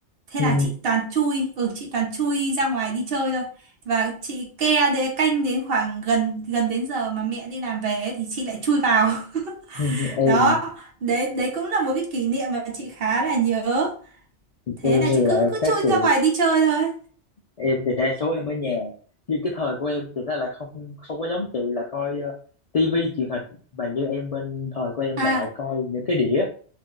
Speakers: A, on the right; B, on the left.
A: Thế
B: ừ,
A: là chị toàn chui, ừ chị toàn chui ra ngoài đi chơi thôi. Và chị ke để canh đến khoảng gần gần đến giờ mà mẹ đi làm về ấy, thì chị lại chui vào. <laughs>
B: ừ. em
A: đó đấy đấy cũng là một cái kỷ niệm mà chị khá là nhớ thế
B: em
A: là
B: thì
A: chị
B: lại
A: cứ cứ
B: khác
A: chui
B: chị
A: ra ngoài đi chơi thôi
B: em thì đa số em ở nhà nhưng cái thời của em thì nó lại không không có giống chị là coi uh, tivi truyền hình mà như em bên thời của em
A: à
B: là lại coi những cái đĩa